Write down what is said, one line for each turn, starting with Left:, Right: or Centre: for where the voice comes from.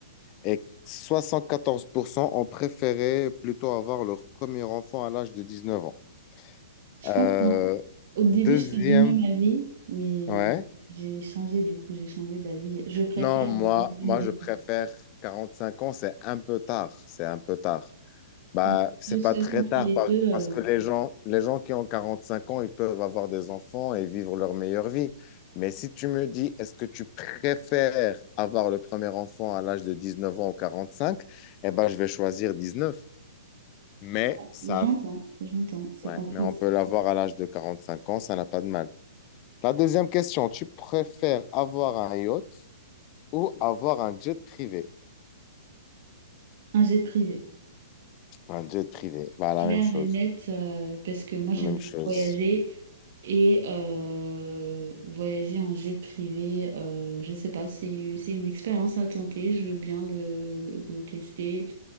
Left: Et 74% ont préféré plutôt avoir leur premier enfant à l'âge de 19 ans.
Right: Je
Left: Euh,
Right: comprends. Au début,
Left: deuxième,
Right: j'étais du même avis, mais
Left: ouais.
Right: j'ai changé du coup, j'ai changé d'avis. Je préfère
Left: Non, moi,
Right: euh, me donner
Left: moi,
Right: du
Left: je préfère
Right: temps.
Left: 45 ans, c'est un peu tard. C'est un peu tard. Bah,
Right: Mm.
Left: c'est
Right: Je choisis
Left: pas très
Right: entre
Left: tard
Right: les
Left: par-
Right: deux. euh,
Left: parce que les gens, les gens qui ont 45 ans, ils peuvent avoir des enfants et vivre leur meilleure vie. Mais si tu me dis, est-ce que tu préfères avoir le premier enfant à l'âge de 19 ans ou 45, eh ben, je vais choisir 19. Mais
Right: bon,
Left: ça,
Right: j'entends, j'entends, c'est
Left: ouais,
Right: compréhensible.
Left: mais on peut l'avoir à l'âge de 45 ans, ça n'a pas de mal. La deuxième question, tu préfères avoir un yacht ou avoir un jet privé?
Right: Un jet privé.
Left: Un jet privé, bah, la
Right: claire
Left: même chose,
Right: et nette euh, parce que moi j'aime
Left: même
Right: beaucoup
Left: chose.
Right: voyager et euh, voyager en jet privé, euh, je sais pas, c'est c'est une expérience à tenter, je veux bien le, le- le tester,